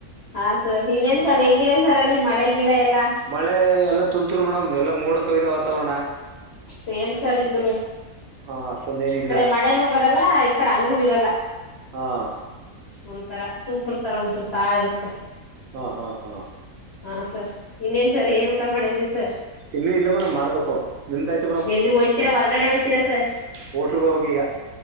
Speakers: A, on the left; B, on the right.
A: ಹಾ ಸರ್ ಇನ್ನೇನ್
B: ಹ್ಮ್
A: ಸರ್ ಹೆಂಗಿದೆ ಸರ್ ಅಲ್ಲಿ ಮಳೆ ಗಿಳ ಎಲ್ಲಾ
B: ಮಳೆ ಎಲ್ಲಾ ತುಂತುರು ಮೇಡಮ್ ಎಲ್ಲಾ ಮೋಡ ಕವಿದ ವಾತಾವರಣ
A: ಸೇಮ್ ಸರ್ ಇಲು
B: ಅಷ್ಟು ಹಾ ಅಷ್ಟೊಂದೇನಿಲ್ಲ
A: ಕಡೆ ಮಳೆನು ಬರಲ್ಲ ಆಯ್ತು ಕಡೆ ಹಂಗೂ ಇರಲ್ಲ
B: ಹಾ
A: ಒಂತರ ತೂಪ್ರ ತರ ಉದುರ್ತಾ ಇರುತ್ತೆ
B: ಹಾಂ ಹಾಂ ಹಾಂ
A: ಹಾ ಸರ್ ಇನ್ನೇನ್ ಸರ್
B: ಸರಿಡ
A: ಏನ್ ಊಟ ಮಾಡದ್ರಿ ಸರ್
B: ಇನ್ನುೂ ಇಲ್ಲ ಕೇಡ ಮಾಡ್ಬೇಕು ನಿಂದಾಯ್ತು
A: ಎಲ್ಲಿ ಹೋಗ್ತೀರಾ ಹೊರ್ಗಡೆ ಹಯ್ತೀರಾ ಸರ್
B: ಹೋಟ್ಲ್ ಗಬಕ್ಕ ಈಗ